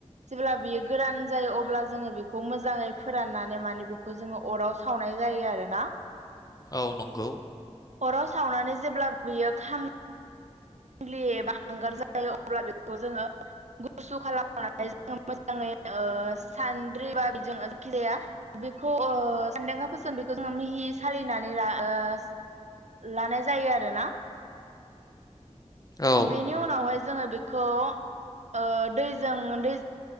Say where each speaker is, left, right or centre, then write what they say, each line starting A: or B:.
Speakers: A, on the right; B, on the left.
A: जेब्ला बियो गोरान जायो अब्ला जोंङो बेखौ बेखौ मोजांङै फोराननानै माने बेखौ जोंङो अराव सावनाय जायो आरोना
B: औ नंगौ
A: अराव सावनानै जेब्ला बियो खाम लि एबा हांगार जायो अब्ला बेखौ जोंङो गुसु खालामनानै मोजांङै ओ सानद्रिबा बिजों जायखि जाया बेखौ सानदांगा फोरजों बेखौ मिहि सालिनानै लानाय जायो आरोना
B: औ
A: बेनि उनावहाय जोंङो बेखौ ओ दैजों दै